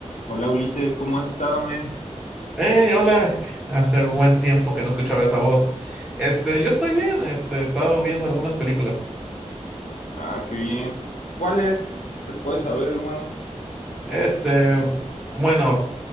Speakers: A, on the left; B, in the centre.
A: Hola Ulises, ¿cómo has estado, men?
B: Hey, hola. Hace un buen tiempo que no escuchaba esa voz. Este, yo estoy bien. Este, he estado viendo algunas películas.
A: Ah, qué bien. ¿Cuál es? ¿Se puede saber, hermano?
B: Este, bueno,